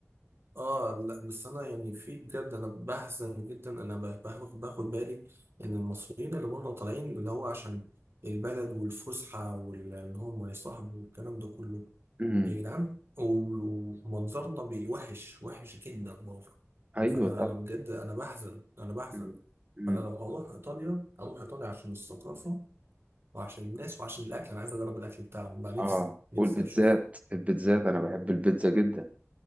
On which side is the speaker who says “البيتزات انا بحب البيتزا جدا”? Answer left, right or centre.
Right